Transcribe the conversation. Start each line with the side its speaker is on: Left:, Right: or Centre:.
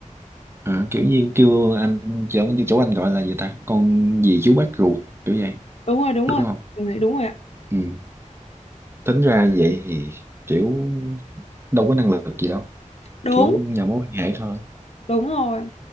Right: à, kiểu như kêu anh chỗ như chỗ anh gọi là gì ta con gì chú bác ruột kiểu vậy
Left: đúng rồi đúng
Right: đúng
Left: rồi
Right: không
Left: đúng rồi đúng rồi ạ
Right: ừ tính ra vậy thì kiểu đâu có năng lực gì đâu
Left: đúng
Right: kiểu nhờ mối quan hệ thôi
Left: đúng rồi